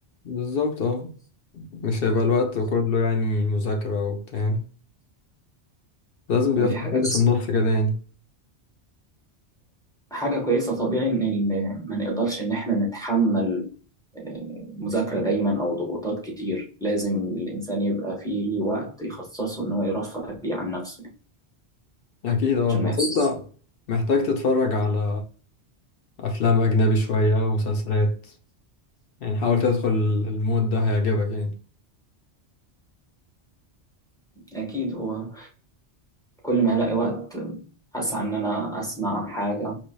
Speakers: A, on the left; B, in the centre.
A: بالظبط اه مش هيبقى الوقت كله يعني مذاكرة وبتاع لازم
B: ودي
A: بيبقى في
B: حاجة
A: حاجة في النص كده يعني
B: حاجة كويسة طبيعي إن إن ما نقدرش إن إحنا نتحمل آه، مذاكرة دايما أو ضغوطات كتير لازم الإنسان يبقى فيه ليه وقت يخصصه إن هو يرفه بيه عن نفسه
A: أكيد اه
B: عشان
A: بس
B: ما يحسش
A: أنت محتاج تتفرج على افلام اجنبي شويه ومسلسلات يعني حاول تدخل المود ده هيعجبك يعني
B: أكيد هو كل ما الاقي وقت اسعى ان انا اسمع حاجه